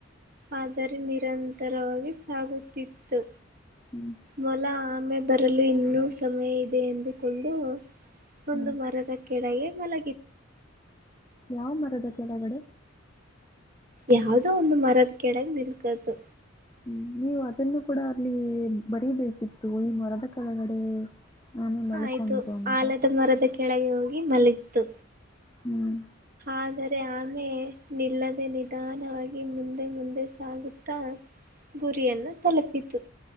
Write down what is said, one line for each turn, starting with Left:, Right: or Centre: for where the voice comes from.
Right: ಆದರೆ ನಿರಂತರವಾಗಿ ಸಾಗುತ್ತಿತ್ತು.
Left: ಹ್ಮ್
Right: ಮಲ ಆಮೇ ಬ. ಅದರಲ್ಲೂ ಇನ್ನೂ ಸಮಯ ಇದೆ ಎಂದುಕೊಂಡು. ಒಂದು
Left: ಹ್ಮ್
Right: ಮರದ ಕೆಡೆಗೆ ಮಲ.
Left: ಯಾವ ಮರದ ಕೆಳಗಡೆ.
Right: ಯಾವದೋ ಒಂದು ಮರದ ಕೆಡಗ ನಿಲ್ಕದುು.
Left: ಹ್ಮ್ ನೀವು ಅದನ್ನು ಕೂಡ ಅಲ್ಲಿ ಬರಿೀಬೇಕಿತ್ತು ಈ ಮರದ ಕೆಳಗಡೆ. ಆನೆ ಮಲ್ಕೊಂತು
Right: ಆಯ್ತು
Left: ಅಂತ
Right: ಆಲದ ಮರದ ಕೆಳಗೆ ಹೋಗಿ. ಮಲತ್ತುು.
Left: ಹ್ಮ್.
Right: ಆದರೆ ಆಮೆ ನಿಲ್ಲದೆ ನಿಧಾನವಾಗಿ ಮುಂದೆ ಮುಂದೆ ಸಾಗುತ್ತಾ. ಗುರಿಯನ್ನು ತಲುಪಿತು